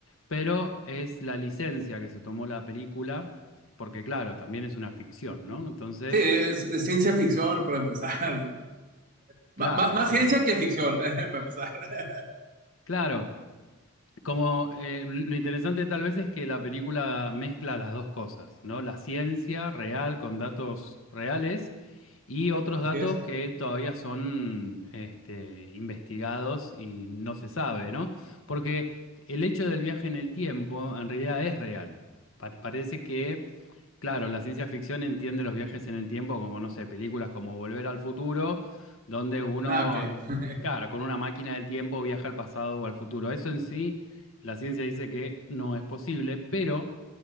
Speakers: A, on the left (about 70°); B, on the right (about 40°).
A: pero es la licencia que se tomó la película, porque claro, también es una ficción, ¿no? Entonces,
B: Sí, es, es ciencia ficción, para empezar. <laughs>
A: claro,
B: Má- má- más
A: es ciencia
B: ciencia
A: ficción.
B: que ficción, <laughs> para empezar. <laughs>
A: Claro, como eh, lo interesante tal vez es que la película mezcla las dos cosas, ¿no? La ciencia real con datos reales y otros
B: Así
A: datos
B: es.
A: que todavía son este, investigados y no se sabe, ¿no? Porque el hecho del viaje en el tiempo en realidad es real. Pa- parece que Claro, la ciencia ficción entiende los viajes en el tiempo como, no sé, películas como Volver al Futuro, donde uno,
B: Ah, ok. <laughs>
A: claro, con una máquina del tiempo viaja al pasado o al futuro. Eso en sí, la ciencia dice que no es posible, pero